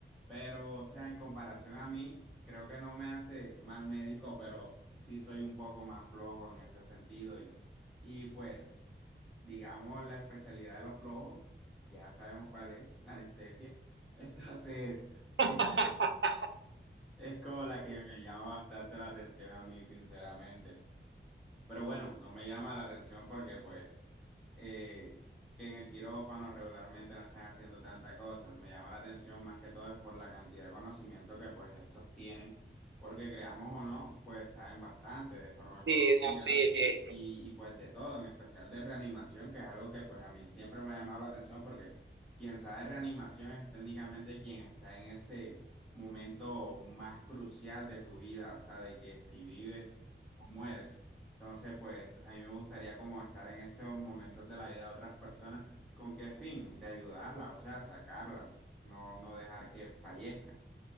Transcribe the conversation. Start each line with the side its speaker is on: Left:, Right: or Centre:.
Centre: Pero, o sea, en comparación a mí, creo que no me hace mal médico, pero sí soy un poco más flojo en ese sentido y, y pues, digamos, la especialidad de los flojos ya sabemos cuál es, anestesia. <laughs> Entonces, es,
Right: <laughs>
Centre: es como la que me llama bastante la atención a mí, sinceramente. Pero bueno, no me llama la atención porque pues eh, que en el quirófano regularmente no están haciendo tantas cosas. Me llama la atención más que todo es por la cantidad de conocimiento que pues estos tienen, porque creamos o no, pues saben bastante de farmacología
Right: Sí, no, sí, eh,
Centre: y, y pues de todo, en especial de reanimación, que es algo que pues a mí siempre me ha llamado la atención porque quien sabe de reanimación es técnicamente quien está en ese momento más crucial de tu vida, o sea, de que si vives o mueres. Entonces, pues a mí me gustaría como estar en esos momentos de la vida de otras personas. ¿Con qué fin? De ayudarlas, o sea, sacarlas, no, no dejar que fallezcan.